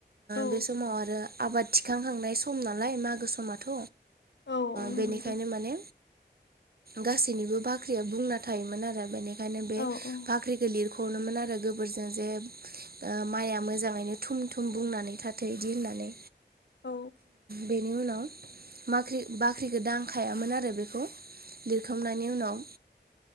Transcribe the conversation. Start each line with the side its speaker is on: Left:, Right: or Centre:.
Left: औ
Right: बे समाव आरो आबाद थिखांखांनाय सम नालाय मागो समाथ'
Left: औ औ
Right: बेनिखायनो
Left: नंगौ
Right: माने गासैनिबो बाख्रिया बुंना थायोमोन आरो बेनिखाय खायनो बे
Left: औ औ
Right: बाख्रिखौ लिरखनोमोन आरो गोबोरजों जे माइआ मोजाङैनो थुम थुम बुंनानै थाथो बिदि होननानै
Left: औ
Right: बेनि उनाव बाख्रि बाख्रिखौ दांखायामोन आरो बेखौ लिरखांनायनि उनाव